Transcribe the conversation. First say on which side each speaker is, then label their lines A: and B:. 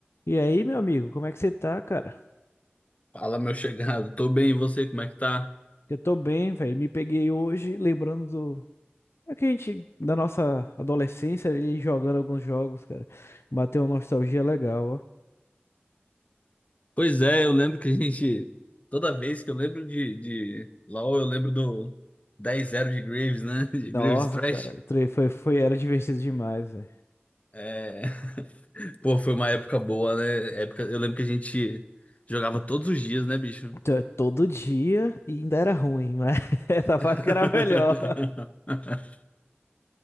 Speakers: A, on the left; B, on the left.
A: E aí, meu amigo, como é que você tá, cara?
B: Fala, meu chegado. Tô bem, e você, como é que tá?
A: Eu tô bem, velho. Me peguei hoje lembrando do. É que a gente, da nossa adolescência, ali jogando alguns jogos, cara. Bateu uma nostalgia legal, ó.
B: Pois é, eu lembro que a gente. Toda vez que eu lembro de, de LOL, eu lembro do dez zero de Graves, né? <laughs> De
A: Nossa,
B: Graves Trash.
A: cara, tre- foi, foi, era divertido demais, velho.
B: É... <laughs> Pô, foi uma época boa, né? Época... Eu lembro que a gente jogava todos os dias, né, bicho?
A: Então, é Todo dia e ainda era ruim, mas <laughs> essa parte
B: <laughs>
A: que era melhor.